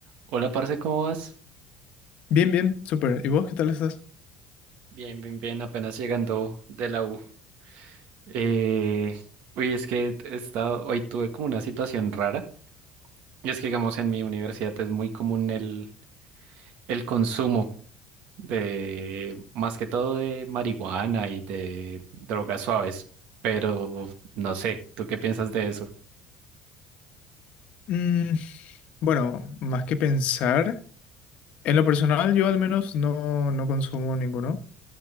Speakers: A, on the right; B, on the left.
A: Hola, parce, ¿cómo vas?
B: Bien, bien, súper. ¿Y vos qué tal estás?
A: Bien, bien, bien, apenas llegando de la U. Eh, uy, es que he estado, hoy tuve como una situación rara. Y es que, digamos, en mi universidad es muy común el, el consumo de, más que todo de marihuana y de drogas suaves. Pero no sé, ¿tú qué piensas de eso?
B: Mm, bueno, más que pensar, en lo personal yo al menos no, no consumo ninguno